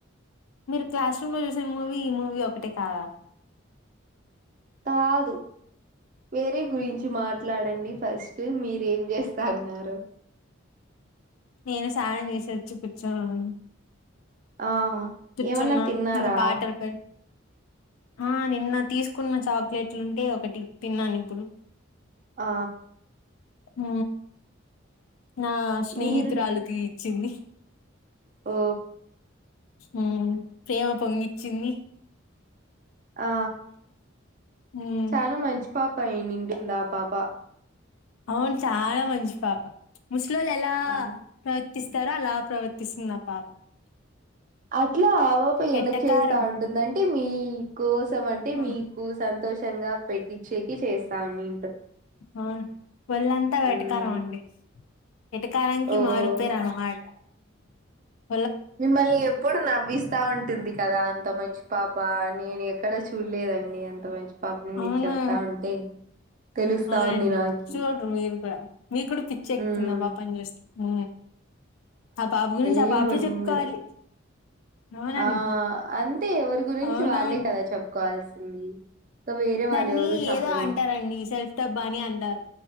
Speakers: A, on the left; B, on the right.
A: మీరు క్లాస్ రూమ్ లో చూసిన మూవీ ఈ మూవీ ఒకటే కాదా
B: కాదు వేరే గురించి మాట్లాడండి ఫస్ట్ మీరూ ఏం జేస్తన్నారు
A: నేను స్నానం జేసొచ్చి కూర్చోనున్నా
B: ఆ
A: కూర్చున్న
B: ఏమన్నా తిన్నారా
A: ఇంకా పాటలు పెట్ ఆ నిన్న తీసుకున్న చాక్లెట్లు ఉంటే ఒకటి తిన్నాను ఇప్పుడు
B: ఆ
A: ఊ నా స్నేహితురాళ్ళకి
B: మీరు
A: ఇచ్చింది
B: ఓ
A: ఊ ప్రేమ పొంగి ఇచ్చింది
B: ఆ
A: మ్మ్
B: చానా మంచి పాప అయిటుంది పాపా
A: అవును చాలా మంచి పాప ముస్లోలు ఎలా
B: ఆ
A: వర్తిస్తారో అలా ప్రవర్తిస్తుంది ఆ పాప
B: అ యా ఓపి ఎందుకు
A: ఎట్టకారం
B: చేస్తా అంటుందంటే మీ కోసం అంటే
A: ఆ
B: మీకు సంతోషంగా పెట్టి చెకి చేస్తాని
A: ఆ ఒళ్ళంతా వెటకారం
B: మ్మ్
A: అండి వెటకారానికి
B: ఓ
A: మారుపేరు అమ్మాయి ఊ
B: మిమ్మల్ని ఎప్పుడు నవ్విస్తా ఉంటుంది కదా అంత మంచి పాప నేను ఎక్కడ చూడలేదండి డి అంత మంచి పాపని మీరు
A: అవునా
B: చెప్తా ఉంటే తెలుస్తా
A: అవునండి
B: ఉంది నాకి
A: చూడరు మీరు కూడా మీకు గూడా పిచ్చి ఎక్తుందా
B: హ్మ్
A: బాగా పని చేస్తుం ఆ పాప గురించి ఆ
B: ఏమో
A: పాపే
B: నిన్ను
A: చెప్పుకోవాలి అవునండి
B: ఆ అంతే ఎవరి గురించి
A: అవునవును
B: వాళ్ళే కదా చెప్పుకోవాల్సింది వేరే
A: దాన్ని
B: వాళ్ళు ఎవరు చెప్పరు
A: ఏదో అంటారండి సెల్ఫ్ డబ్బా అని అంటారు